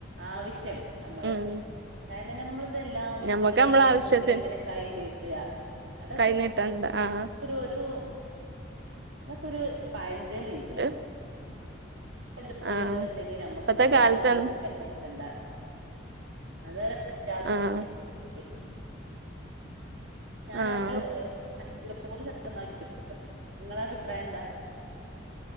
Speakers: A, on the right; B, on the right.
A: ആവശ്യാണ് നമ്മള്
B: ഉം
A: കാരണം നമ്മള്തെല്ലാ ആവശ്യത്തിനും
B: ഞമ്മക്ക്
A: ഒരാളെ
B: നമ്മളെ ആവശ്യത്തിന്
A: മുമ്പില് ഇങ്ങനെ കൈ നീട്ട അതൊക്കെ
B: കൈ നീട്ടണ്ട ആഹ്
A: ഒരു ഒരു അതൊക്കൊരു പഴഞ്ച് ഞ്ചൻ രീതിയ
B: ഒരു
A: ജോലിണ്ട്ന്ന്ണ്ടെങ്കി
B: ആഹ്
A: നമ്മക്ക്
B: ഇപ്പത്തെ
A: ഇപ്പാരെ
B: കാലത്ത്
A: മുൻപിലും കൈ നീട്ടണ്ട അത അത്യവശ്യ
B: ആഹ്
A: <unintelligible> ഞാന
B: ആഹ്
A: ആ <unintelligible> തൊണ്ണൂറ് ശതമാന ഇങ്ങള അഭിപ്രായം എന്താ